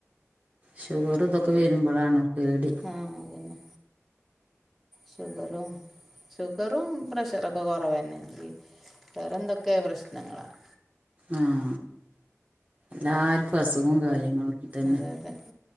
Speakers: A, on the right; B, in the centre.
A: ഷുഗർ ഇതൊക്കെ വരുമ്പോഴാണ് പേടി
B: ആ പിന്നെ ഷുഗറും ഷുഗറും പ്രഷറൊക്കെ കുറവ് തന്നെയണെങ്കിൽ വേറെ എന്തൊക്കെ പ്രശ്നങ്ങളാണ്
A: ആഹ് എല്ലാർക്കും അസുഖവും കാര്യങ്ങളും തന്നെ
B: അതെ അതെ